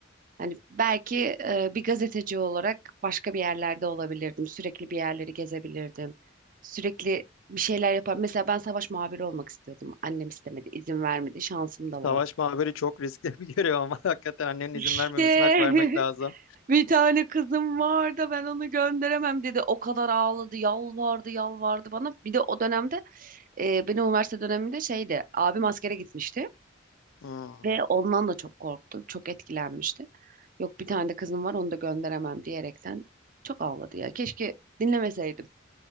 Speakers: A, on the right; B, on the left.
A: Hani belki e, bir gazeteci olarak başka bir yerlerde olabilirdim. Sürekli bir yerleri gezebilirdim. Sürekli bir şeyler yapar. Mesela ben savaş muhabiri olmak istiyordum. Annem istemedi, izin vermedi. Şansım da vardı.
B: Savaş muhabiri çok riskli <laughs> bir görev ama <laughs> hakikaten annenin
A: İşte
B: izin vermemesine hak vermek
A: <laughs>
B: lazım.
A: bir tane kızım var da ben onu gönderemem dedi. O kadar ağladı, yalvardı, yalvardı bana. Bir de o dönemde e, benim üniversite döneminde şeydi. Abim askere gitmişti
B: Hmm.
A: ve ondan da çok korktu, çok etkilenmişti. Yok bir tane de kızım var onu da gönderemem diyerekten çok ağladı ya. Keşke dinlemeseydim.